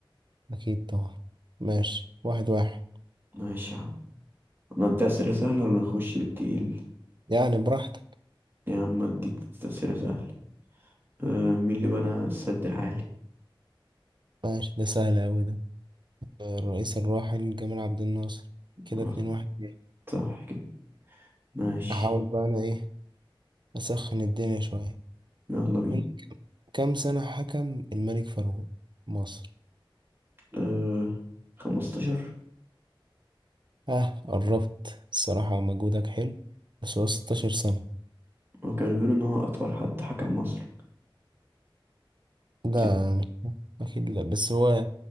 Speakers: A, on the right; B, on the right.
A: اكيد طبعا ماشي واحد واحد
B: ماشي يا عم ندي أسئلة سهلة ولا نخش بالتقيل
A: يعني براحتك
B: يا عم أديك أسئلة سهلة أه مين اللي بنى السد العالي
A: ماشي ده سهل اوي ده آه، الرئيس الراحل جمال عبد الناصر كده
B: آه،
A: اتنين واحد ليه.
B: صح كده ماشي
A: احاول بقى انا ايه اسخن الدنيا شوية
B: يلا بينا
A: قول لي كم سنة حكم الملك فاروق مصر
B: أه خمستاشر
A: اه قربت الصراحة مجهودك حلو بس هو 16 سنة
B: وكانوا بيقولوا إن هو أطول حد حكم مصر
A: لا
B: ست
A: مش- أكيد لا بس هو